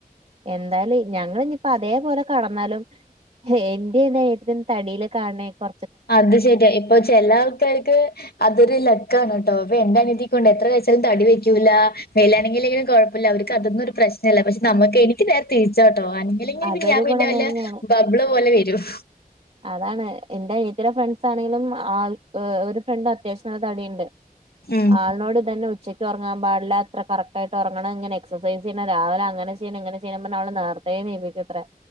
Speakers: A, on the right (about 40°); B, on the left (about 85°).
A: എന്തായാലും ഞങ്ങൾ ഇനിയിപ്പോ അതേപോലെ കടന്നാലും എന്റേത് തടിയില് കാണേല് കൊ
B: അത് ശരിയാ ഇപ്പൊ ചില ആൾക്കാർക്ക് അതൊരു ലക്കാണ് ട്ടോ പ്പന്റെ അനിയത്തികൊണ്ട് എത്ര കയ്ച്ചാലും തടി വെക്കൂലാ മേലനങ്ങില്ലെങ്കിലും കുഴപ്പല്ല അവ ക്ക് അതൊന്നും ഒരു പ്രശ്നല്ല പക്ഷെ നമുക്ക് എനിക്ക് നേരെ തിരിച്ചാണ് ട്ടോ <unintelligible>
A: അതൊരു
B: ഞാൻ പിന്നെ
A: ഗുണമേന്മയാണ്
B: വല്ല ബബ്ള് പോലെ വരും
A: അതാണ് എന്റെനിയത്തീടെ ഫ്രണ്ട്സ് ആണെലും ആൾ ഒരു ഫ്രണ്ട് അത്യാവശ്യം നല്ല തടിയുണ്ട്
B: ഉം.
A: ആൾനോട് തന്നെ ഉ ഉച്ചയ്ക്ക് ഉറങ്ങാൻ പാടില്ല അത്ര കറക്റ്റായിട്ട് ഉറങ്ങണം ഇങ്ങനെ എക്സൈസ് ചെയണം രാവിലെ അങ്ങനെ ചെയ്യണം ഇങ്ങനെ ചെയ്യണന്ന് പറഞ്ഞ് അവളെ നേർ എണീപ്പിക്കുത്രെ